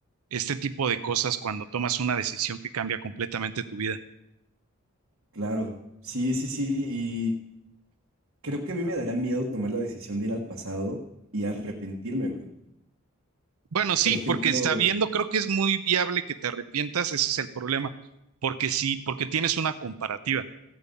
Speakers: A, on the right; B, on the right.
A: este tipo de cosas cuando tomas una decisión que cambia completamente tu vida.
B: claro. Sí, sí, sí. Y creo que a mí me daría miedo tomar la decisión de ir al pasado y arrepentirme, güey.
A: Bueno, sí,
B: Por ejemplo,
A: porque sabiendo creo que es muy viable que te arrepientas, ese es el problema, porque sí, porque tienes una comparativa.